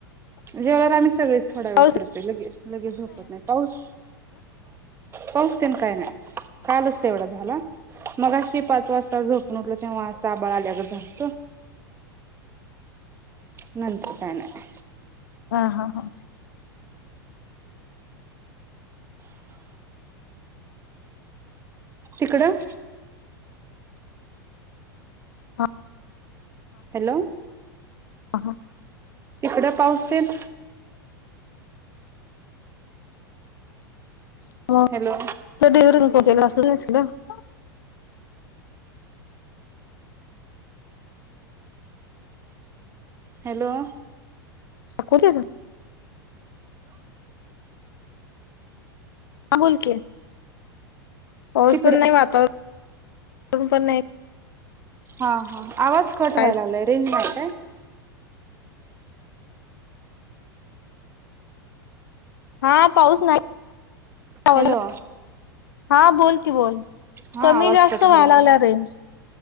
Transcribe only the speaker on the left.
पाऊस
हा हा हा.
हा
हा.
<unintelligible>
<unintelligible>
<unintelligible> ह बोल कि. पाऊस
पण नाही वातावरण ऊन पण नाही.
कायच
हा पाऊस नाही आवाज
हा बोल की बोल
कमी
जास्त
व्हायलागल्या
रेंज.